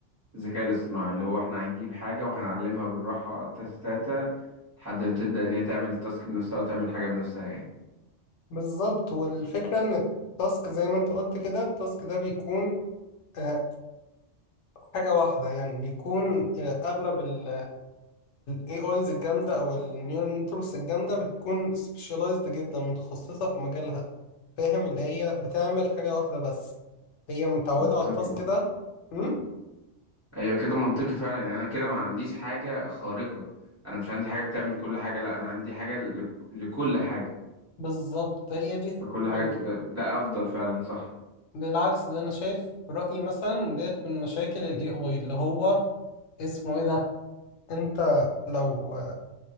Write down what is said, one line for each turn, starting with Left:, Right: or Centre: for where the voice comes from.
Right: الذكاء الاصطناعي اللي هو احنا هنجيب حاجة وهنعلمها بالراحة تاتا تاتا لحد ما تبدأ ان هي تعمل التاسك بنفسها وتعمل حاجة بنفسها يعني
Left: بالظبط والفكرة إن التاسك زي ما أنت قلت كده التاسك ده بيكون آه، حاجة واحدة يعني بيكون آه، أغلب ال AIs الجامدة أو ال Neural Networks الجامدة بتكون specialized جدا متخصصة في مجالها فاهم اللي هي بتعمل حاجة واحدة بس هي متعودة
Right: منطقي
Left: على التاسك ده أم؟
Right: ايوه كده منطقي فعلا يعني انا كده ما عنديش حاجة خارقة انا مش عندي حاجة بتعمل كل حاجة لا انا عندي حاجة لك- لكل حاجة
Left: بالظبط هي دي
Right: فكل حاجة
Left: يعني
Right: تبقى ده أفضل فعلا صح
Left: بالعكس ده أنا شايف رأيي مثلا ديت من مشاكل ال AI اللي هو اسمه إيه ده؟ أنت لو